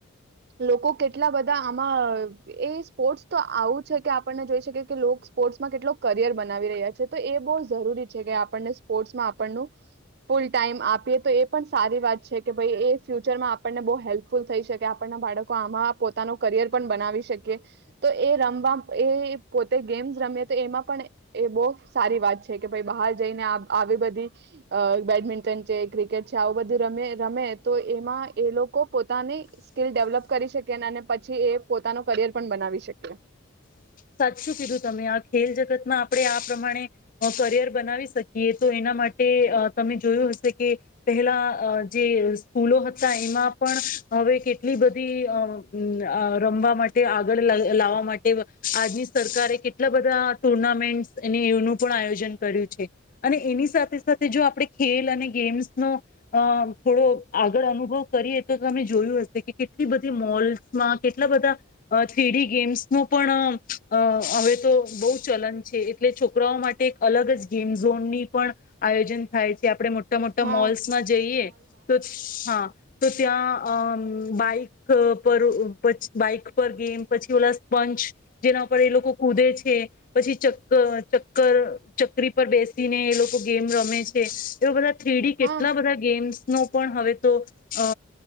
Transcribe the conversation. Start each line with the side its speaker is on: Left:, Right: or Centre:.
Right: લોકો કેટલા બધા આમાં એ સ્પોર્ટ્સ તો આવું છે કે આપણને જોઈ શકીએ કે સ્પોર્ટ્સમાં કેટલો કરિયર બનાવી રહ્યા છે. એ બ જરૂરી છે કે આપણને સ્પોર્ટ્સમાં આપણ ફૂલ ટાઈમ આપીએ તો એ પણ સારી વાત છે કે ભાઈ એ ફ્યુચરમાં આપણને બહુ હેલ્પફુલ થઈ શકે આપણના બાળકો આમાં પોતાનો કરિયર પણ બનાવી શકીએ તો એ રમવા એ પોતે ગેમ્સ રમીએ તો એમાં પણ એ બહ સારી વાત છે કે ભાઈ બહાર જઈને આવી બધી બેડમિન્ટન છે ક્રિકેટ છે આવું બધું ર રમે તો એમાં એ લોકો પોતાની સ્કીલ ડેવલપ કરી શકે અને પછી એ પોતાનો કરિયર પણ બનાવી શકે.
Left: સાચું કીધું તમે આ ખેલ જગતમાં આપણે આ પ્રમાણે કરિયર બનાવી શકીએ તો એના માટે તમે જોયું હશે કે પહેલા જે સ્કૂલો હતા એમાં પણ હવે કેટલી બધી અ રમવા માટે આગળ લાવવા માટે આજની સરકારે કેટલા બધા ટુર્નામેન્ટ્સ એ એનું પણ આયોજન કર્યું છે અને એની સાથે સાથે જો આપણે ખેલ અને ગેમ્સનો અ થોડો આગળ અનુભવ કરીએ તો તમે જોયું હશે કે કેટલી બધી મોલ્સમાં કેટલા બધા થ્રીડી ગેમ્સનો પણ અ હવે તો બહુ ચલન છે એટલે છોકરાઓ માટે એક અલગ જ ગેમ ઝોનની પણ આયોજન થાય છે આપણે મોટ મોટા મોટા
Right: હા
Left: મોલ્સમાં જઈએ તો હા. તો ત્યાં અ બાઈક પર બાઈક પર ગેમ પછી ઓલા સ્પંચ જેના ઉપર એ લોકો કૂદે છે પછી ચક્કર ચક્કર ચકરી પર બેસીને એ લોકો ગેમ રમે છે એવા બધા થ્રીડી કેટલા
Right: હા
Left: બધા ગેમ્સ નો પણ હવે તો અ